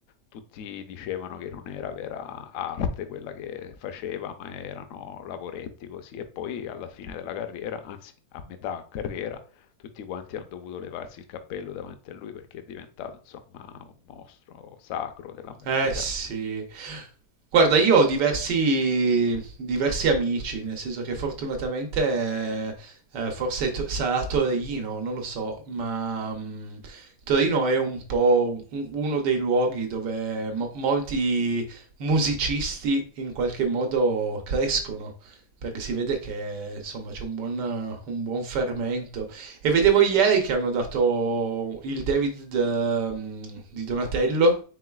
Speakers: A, on the left (about 65°); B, on the right (about 85°).
A: tutti dicevano che non era vera arte quella che faceva, ma erano lavoretti così. E poi alla fine della carriera, anzi a metà carriera, tutti quanti hanno dovuto levarsi il cappello davanti a lui perché è diventato, insomma, un mostro sacro della musica.
B: Eh sì, Guarda,
A: Eh,
B: io ho diversi, diversi amici, nel senso che fortunatamente eh, forse to- sarà Torino, non lo so, ma mm, Torino è un po' un- uno dei luoghi dove mo- molti musicisti in qualche modo crescono, perché si vede che insomma c'è un buon, un buon fermento. E vedevo ieri che hanno dato il David ehm, di Donatello